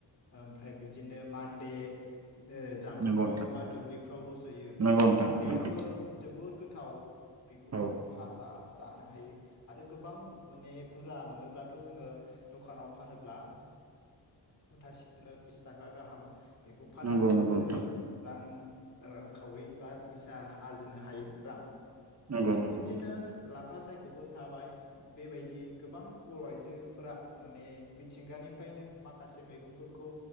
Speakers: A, on the left; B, on the right.
A: ओमफ्राय बिब्दिनो मान्दे ओ जाम्फैफ्राव
B: नंगौ
A: बा दुब्लि फाव रज'यो
B: नंगौ नोंथां नंगौ नोंथां नंगौ नोंथां
A: मान्देयाबो
B: नंगौ
A: जोबोर गोथाव बेखौबो
B: औ
A: जों भाजा जानो हायो आरो गोबां माने बुरजा मोनोब्लाथ' जोङो दखानाव फानोब्ला मुथासेयावनो बिस थाखा गाहाम बेखौ फाननानैबो
B: नंगौ नंगौ
A: जोङो
B: नोंथां
A: रां ओ रांखावरि बा फैसा आरजिनो हायो रां
B: नंगौ नंगौ
A: बिब्दिनो लाफा सायख'फोर थाबाय बेबायदि गोबां बर' आइजोफोरा माने मिथिंगानिफ्रायनो माखासे मैगंफोरखौ